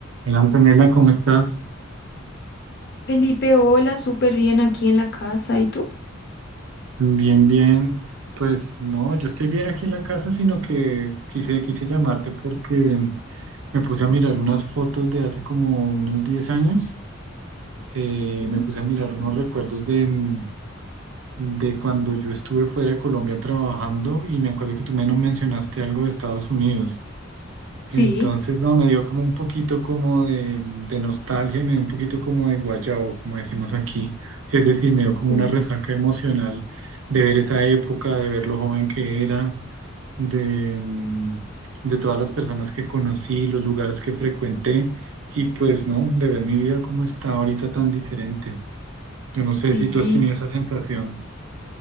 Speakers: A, on the right; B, on the left.
A: Hola Antonella, ¿cómo estás?
B: Felipe, hola, súper bien aquí en la casa. ¿Y tú?
A: Bien, bien. Pues no, yo estoy bien aquí en la casa, sino que quise, quise llamarte porque me puse a mirar unas fotos de hace como unos 10 años. Eh,
B: Sí,
A: me puse a mirar unos recuerdos de, mm, de cuando yo estuve fuera de Colombia trabajando y me acuerdo que tú menos mencionaste algo de Estados Unidos. Entonces,
B: Sí,
A: no, me dio como un poquito como de, de nostalgia, me dio un poquito como de guayabo, como decimos aquí. Es decir, me dio como
B: sí,
A: una resaca emocional de ver esa época, de ver lo joven que era, de, mm, de todas las personas que conocí, los lugares que frecuenté y pues, no, de ver mi vida como está ahorita tan diferente. Yo no sé
B: sí.
A: si tú has tenido esa sensación.